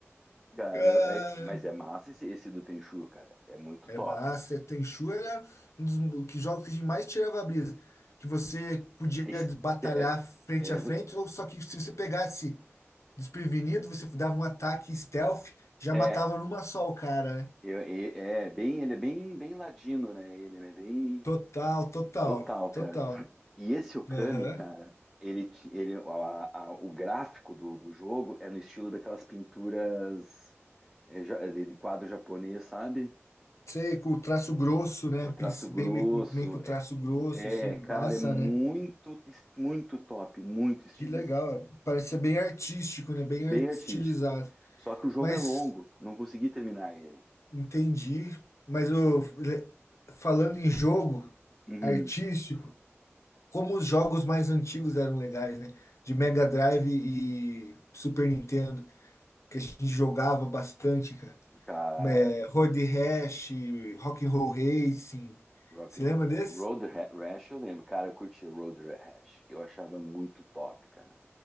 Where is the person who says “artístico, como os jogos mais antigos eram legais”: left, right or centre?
Left